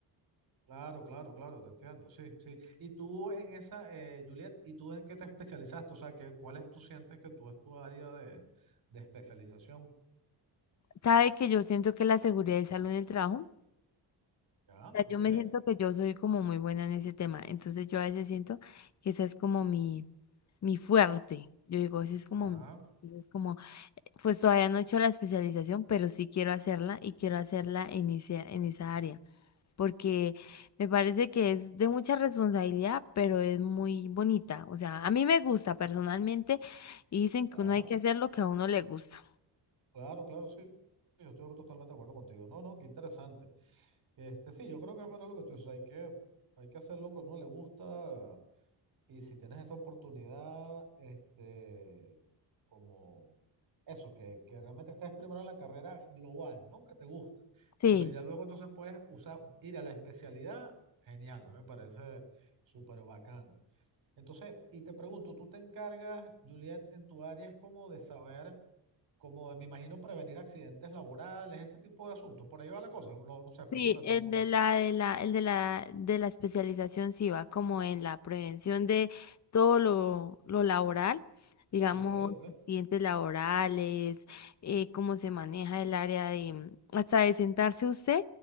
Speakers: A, on the right (about 55°); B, on the left (about 40°).
A: Claro, claro, claro, te entiendo, sí, sí. Y tú en esa, eh, Juliet, ¿y tú en qué te especializaste? O sea, que, ¿cuál es, tú sientes que tú es tu área de, de especialización?
B: Sabe que yo siento que la seguridad y salud en el trabajo, o
A: Ya,
B: sea,
A: ok,
B: yo me siento que yo soy como muy buena en ese tema, entonces yo a veces siento que esa es como mi, mi fuerte, yo digo, ese es como
A: ya,
B: mi, ese es como, pues todavía no he hecho la especialización, pero sí quiero hacerla y quiero hacerla en ese, en esa área, porque me parece que es de mucha responsabilidad, pero es muy bonita, o sea, a mí me gusta personalmente y dicen
A: ya.
B: que uno hay que hacer lo que a uno le gusta.
A: Claro, claro, sí. Yo estoy totalmente de acuerdo contigo. No, no, qué interesante. Este, sí, yo creo que es verdad lo que tú dices, hay que, hay que hacerlo que a uno le gusta y si tienes esa oportunidad, este, como eso, que, que realmente estés primero en la carrera global, ¿no? Que te gusta.
B: Sí,
A: Pero si ya luego entonces puedes usar, ir a la especialidad, genial, me parece súper bacán. Entonces, y te pregunto, ¿tú te encargas, Juliet, en tu área es como de saber, como de, me imagino, prevenir accidentes laborales, ese tipo de asuntos? Por ahí va la cosa, no, no sé, explícame
B: Sí, el
A: tú un poquito.
B: de la de la el de la de la especialización sí va como en la prevención de todo lo, lo laboral, digamos,
A: Ok, ok,
B: accidentes laborales, eh, cómo se maneja el área de mm, hasta de sentarse usted